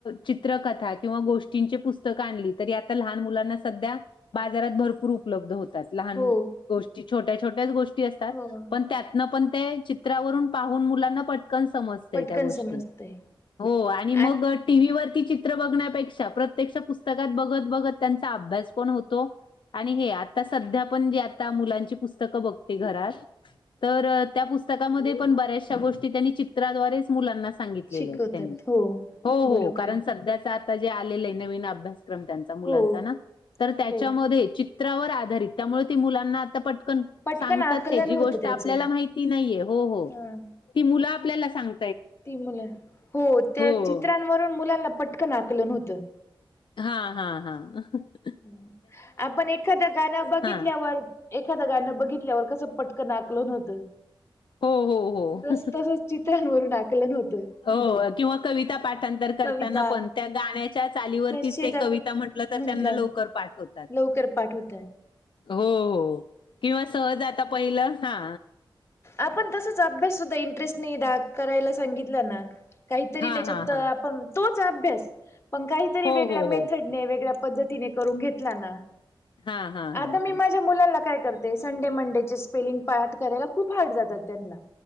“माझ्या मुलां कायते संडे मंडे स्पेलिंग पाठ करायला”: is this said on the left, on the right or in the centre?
Left